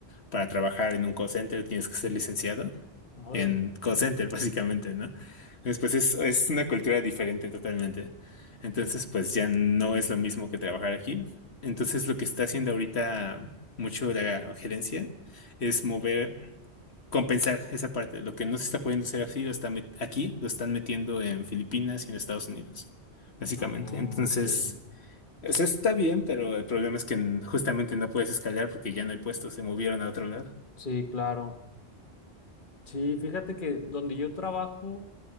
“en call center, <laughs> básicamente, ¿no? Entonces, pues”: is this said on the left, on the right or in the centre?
Left